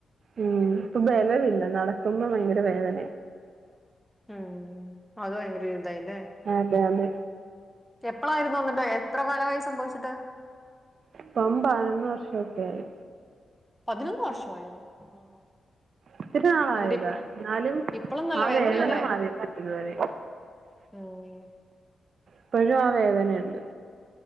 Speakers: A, on the right; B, in the centre.
A: ഉം ഇപ്പൊ ബിലവില്ല നടക്കുമ്പോ ഭയങ്കര വേദന.
B: ഉം അത് ബയഗര ഇത് ഇല്ലെ
A: അതെ അതെ
B: എപ്പളായിരുന്നു വന്നിട്ട് എത്ര കാലമായി സംഭവിച്ചിട്ട്.
A: ഇപ്പം പതിനൊന്ന് വർഷൊക്കെ ആയി.
B: പതിനൊന്ന് വർഷം ആഹ് ആഹാ
A: ഒത്തിരി നാളായതാ
B: എന്നിട്ട് ഇപ്പ-
A: എന്നാലും
B: ഇപ്പളും നല്ല
A: ആ
B: വേദനയല്ലേ
A: വേദന മാറിട്ട്ല ഇതുവരെ
B: ആഹ്
A: ഇപ്പോഴും ആ വേദനയുണ്ട്.